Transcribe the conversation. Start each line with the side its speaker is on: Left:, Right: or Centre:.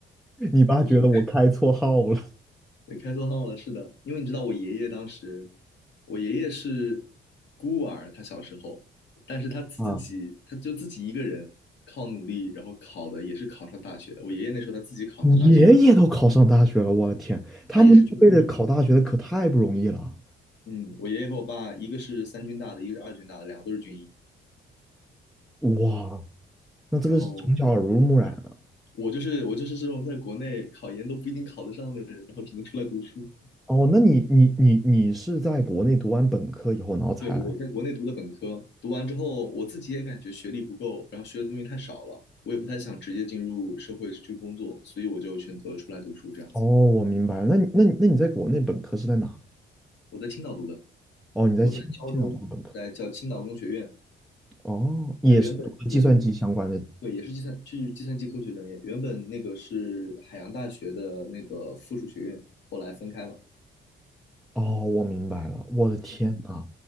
Centre: 你爸觉得我开错号了
Left: 就是对开错号了。是的，因为你知道我爷爷当时，我爷爷是孤儿，他小时候，但是他自己他就自己一个人靠努力，
Centre: 啊，
Left: 然后考的也是考上大学的。我爷爷那时候他自己考上大学，
Centre: <laughs> 你爷爷都考上大学了，我的天，他们那辈的考大学的可太不容易了。
Left: 他也是军医。嗯，我爷爷和我爸一个是三军大的，一个是二军大的，两个都是军医。
Centre: 哇，那这个是从小耳濡目染了。
Left: 然后我就是我就是这种在国内考研都不一定考得上的人，然后只能出来读书。
Centre: 哦，那你你你你是在国内读完本科以后，然后才来？
Left: 对，我在国内读的本科，读完之后我自己也感觉学历不够，然后学的东西太少了，我也不太想直接进入社会去工作，所以我就选择出来读书这样子。
Centre: 哦，我明白了。那你那你那你在国内本科是在哪？
Left: 我在青岛读的，
Centre: 哦，你在青青岛读的本科。
Left: 我在胶州，在叫青岛工学院，
Centre: 哦，也是读的计算机相关的。
Left: 它原本是，对，也是计算是计算机科学专业，原本那个是海洋大学的那个附属学院，后来分开了。
Centre: 哦，我明白了。我的天呐，
Left: 嗯